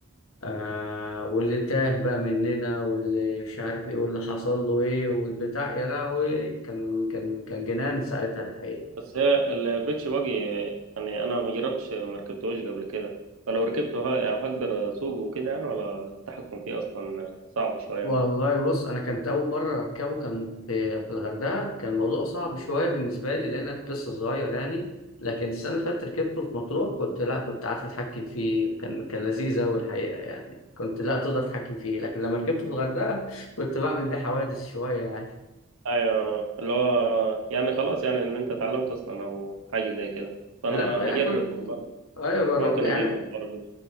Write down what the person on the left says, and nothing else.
آه واللي تاه بقى مننا واللي مش عارف ايه واللي حصل له ايه والبتاع يا لهوي كان كان كان جنان ساعتها الحقيقة
والله بص انا كانت اول مره اركبه كان في في الغردقه كان الموضوع صعب شويه بالنسبه لي لان أنا كنت لسه صغير يعني لكن السنه اللي فاتت ركبته في مطروح كنت لا كنت عارف اتحكم فيه كان كان لذيذ قوي الحقيقه يعني كنت لا تقدر تتحكم فيه لكن لما ركبته في الغردقه <laughs> كنت بعمل بيه حوادث شويه يعني
لا كو- يعني
كنت
ايوه جربت
يعني